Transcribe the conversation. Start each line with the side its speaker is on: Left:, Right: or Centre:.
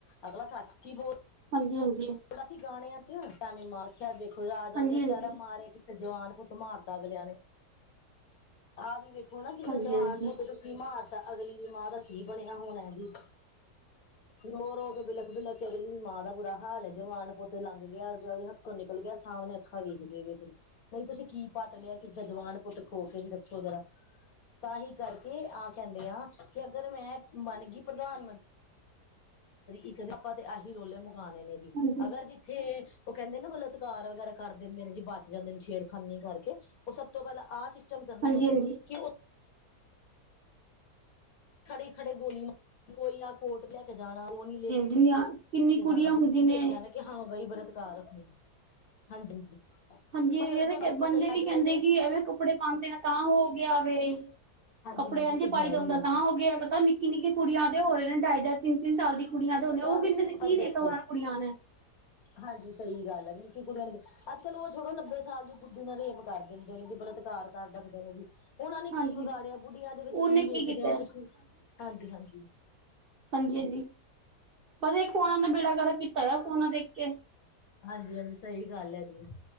Left: ਅਗਲਾ ਸੱਚੀ ਬੋਲ
Right: ਹਾਂਜੀ -ਹਾਂਜੀ।
Left: ਦਾ ਸੀ ਗਾਣਿਆਂ ਚ ਟੈਮ ਮਾਰ ਰਖਿਆ ਦੇਖੋ ਰਾਜ
Right: ਹਾਂਜੀ-ਹਾਂਜੀ, ਹਾਂਜੀ-ਹਾਂਜੀ,
Left: ਆਂਦੇ ਵਿਚਾਰਾ ਮਾਰਿਆ ਜਵਾਨ ਪੁੱਤ ਮਾਰਤਾ ਅਗਲਿਆਂ ਨੇ, ਆਹ ਵੀ ਵੇਖੋ ਨਾ ਕਿਸੇ
Right: ਹਾਂਜੀ-ਹਾਂਜੀ,
Left: ਦਾ ਜਵਾਨ ਪੁੱਤ ਕੀ ਮਾਰਤਾ ਅਗਲੀ ਦੀ ਮਾਂ ਦਾ ਕੀ ਬਣਿਆ ਹੋਣਾ ਜੀ। ਰੋ-ਰੋ ਕੇ ਬਿਲਕ- ਬਿਲਕ ਕੇ ਅਗਲੀ ਦੀ ਮਾਂ ਦਾ ਬੁਰਾ ਹਾਲ ਜੀ ਜਵਾਨ ਪੁੱਤ ਲੰਘ ਗਿਆ ਉਹਦੇ ਹੱਥੋਂ ਨਿਕਲ ਗਿਆ, ਸਾਹਮਣੇ ਅੱਖਾਂ ਵੇਖਦੇ -ਵੇਖਦੇ ਨਹੀਂ, ਤੁਸੀਂ ਕੀ ਪੱਟ ਲਿਆ ਕਿ ਜਿਥੇ ਜਵਾਨ ਪੁੱਤ ਖੋ ਕੇ ਵੀ ਦੱਸੋਰਾ ਤਾਂ ਹੀ ਕਰਕੇ ਆਹ ਕਹਿੰਦੇ ਆ ਕਿ ਅਗਰ ਮੈਂ ਬਣ ਗਈ ਪ੍ਰਧਾਨ ਮੰਤਰੀ ਇੱਕ ਆਪਾਂ ਤੇ ਆਹੀ ਰੋਲੇ ਮੰਗਾਵਾਉਣੇ ਨੇ ਜੀ
Right: ਹਾਂਜੀ,
Left: ਅਗਰ ਜਿੱਥੇ ਉਹ ਕਹਿੰਦੇ ਨੇ ਬਾਲਤਕਾਰ ਵਗੈਰਾ ਕਰ ਦਿੰਦੇ ਨੇ ਜੀ ਬਚ ਜਾਂਦੇ ਨੇ ਸ਼ੇਰ ਖਾਲੀ ਕਰਕੇ ਉਹ ਸਭ ਤੋਂ ਪਹਿਲਾਂ ਆਹ ਸੀ ਖਤਮ ਕਰਨਾ
Right: ਹਾਂਜੀ-ਹਾਂਜੀ,
Left: ਜੀ। ਕਿ ਉੱਥੇ ਖੜੀ ਖੜੇ ਗੋਲੀ ਮਾਰ, ਕੋਈ ਨਾ ਕੋਰਟ ਲੈ ਕੇ ਜਾਣਾ ਉਹ ਨੀ ਲੈ ਕੇ
Right: ਜਿੰਨੀਆਂ ਕਿੰਨੀ ਕੁੜੀਆਂ
Left: ਜਾਣਾ
Right: ਹੁੰਦੀ
Left: ਜਿੱਥੇ
Right: ਨੇ
Left: ਦੇਖਿਆ ਨਾ ਕਿ ਹਾਂ ਬਾਈ ਬਲਾਤਕਾਰ ਹੋਇਆ ਹਾਂਜੀ ਹਾਂਜੀ।
Right: ਹਾਂਜੀ
Left: ਪਰ
Right: ਇਵੇਂ
Left: ਤੁਹਾਨੂੰ ਅੱਜ
Right: ਬੰਦੇ
Left: ਪਤਾ ਹੀ
Right: ਵੀ
Left: ਅੱਜ
Right: ਕਹਿੰਦੇ
Left: ਕੱਲ ਤੇ
Right: ਕਿ ਐਵੇਂ ਕੱਪੜੇ ਪਾਦੇ ਆ ਤਾਂ ਹੋ ਗਿਆ ਵੇ।
Left: ਹਾਂਜੀ
Right: ਕੱਪੜੇ
Left: ਹਾਂਜੀ ਉਹ
Right: ਇੰਝ
Left: ਤੇ
Right: ਪਾਈਏ
Left: ਹੈ ਹੀ
Right: ਹੁੰਦਾ
Left: ਹੈ
Right: ਤਾਂ
Left: ਜੀ
Right: ਹੋ ਗਿਆ। ਨਿੱਕੀ ਨਿੱਕੇ ਕੁੜੀਆਂ ਦੇ ਹੋ ਰਹੇ ਨੇ ਢਾਈ-ਢਾਈ ਤਿੰਨ-ਤਿੰਨ ਸਾਲ ਦੀ ਕੁੜੀਆਂ ਦੇ ਹੋ ਨੇ ਉਹ
Left: ਗੱਲ
Right: ਕਿੰਨੇ ਕੀ
Left: ਪਰ ਦੇਖੋ
Right: ਦੇਖਿਆ ਉਹ ਕੁੜੀਆਂ ਨੇ।
Left: ਹਾਂਜੀ ਸਹੀ ਗੱਲ ਆ ਜੀ ਨਿੱਕੀ ਕੁੜੀਆਂ ਨੇ ਅਹ ਚਲੋ ਉਹ ਛੋੜੋ ਨੱਬੇ ਸਾਲ ਦੀ ਬੁੱਢੀਆ ਦਾ ਰੇਪ ਕਰ ਦਿੰਦੇ ਨੇ ਜੀ, ਬਲਾਤਕਾਰ ਕਰ ਦੇ ਨੇ ਜੀ। ਉਹਨਾਂ ਨੇ
Right: ਹਾਂਜੀ
Left: ਕੀ ਵਿਗਾੜਿਆ ਬੁੱਢੀਆਂ ਦੇ ਵਿੱਚ
Right: ਉਹਨੇ
Left: ਕੀ ਵੇਖਦੇ
Right: ਕੀਤਾ
Left: ਹੋ
Right: ਹੈ?
Left: ਤੁਸੀਂ ਹਾਂਜੀ ਹਾਂਜੀ।
Right: ਹਾਂਜੀ ਹਾਂਜੀ। ਬਸ ਇੱਕ ਫੋਨਾ ਨੇ ਬੇੜਾਗਰਕ ਕੀਤਾ ਆ ਫੋਨਾ ਦੇਖ ਕੇ
Left: ਹਾਂਜੀ ਹਾਂਜੀ ਸਹੀ ਗੱਲ ਹੈ ਜੀ